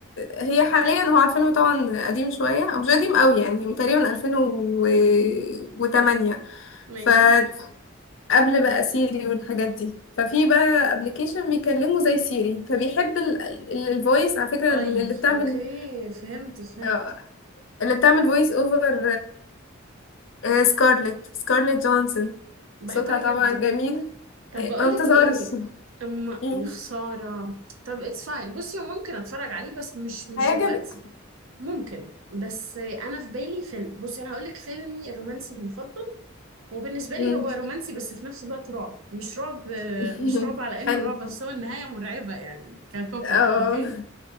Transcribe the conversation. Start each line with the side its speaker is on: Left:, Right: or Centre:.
Left: هي حاليا هو الفيلم طبعا قديم شويه او مش قديم قوي يعني تقريبا 2008
Right: <laughs> ماشي
Left: فقبل بقى سيري والحاجات دي ففي بقى ابلكيشن بيكلمه زي سيري فبيحب الفويس على فكره
Right: اي
Left: اللي بتعمل
Right: اوكي فهمت فهمت
Left: آه، اللي بتعمل فويس اوفر سكارلت سكارلت جونسون
Right: بحبها
Left: صوتها طبعا
Right: جدا
Left: جميل
Right: طب
Left: أيوة،
Right: بقولك
Left: ما بتظهرش
Right: ايه اما
Left: مم.
Right: يا خساره طب اتس فاين بصي هو ممكن اتفرج عليه بس مش مش
Left: هيعجبك
Right: دلوقتي ممكن بس انا في بالي فيلم بصي انا هقولك فيلمي الرومانسي المفضل وبالنسبه لي
Left: مم.
Right: هو رومانسي بس في نفس الوقت رعب مش رعب
Left: <laughs>
Right: مش رعب على انه
Left: حلو
Right: رعب بس هو النهايه مرعبه يعني ككوبل
Left: اه
Right: اوكي